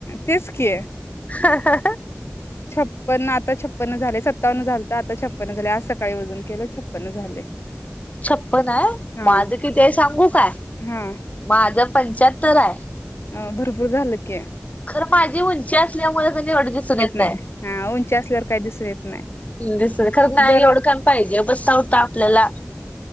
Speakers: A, on the left; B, on the left.
A: तेच की
B: हं हं.
A: छप्पन्न आता छपन्न झालेयं सत्तावन्न झालत आ ता छपन्न झाले आज सकाळी वजन केलं छ पण झाले.
B: छप्पन्न हाय
A: हा
B: माझं किती हाय सांगू काय
A: हा
B: माझं पंच्याहत्तर हाय.
A: अं भरपूर झालं की.
B: तर माझी उंची अं ल्यामुळ कणी एवढ दिसून येत
A: नाही
B: नाई,
A: हा उंची असल्यावर काही दिसून येत नाही
B: य दिस खर नाही
A: जर
B: एवढं कणी पाहिजे, बसता उठता आपल्याला